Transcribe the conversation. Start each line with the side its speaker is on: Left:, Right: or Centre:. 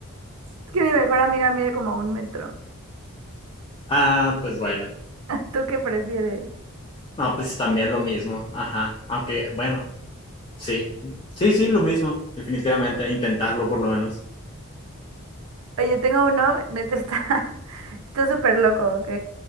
Right: Es que mi mejor amiga mide como un metro.
Left: Ah, pues bueno,
Right: ¿Tú qué prefieres?
Left: no, pues también lo mismo, ajá, aunque bueno, sí, sí, sí, lo mismo, definitivamente, intentarlo por lo menos.
Right: Oye, tengo uno, neta está, <laughs> está súper loco, ¿ok?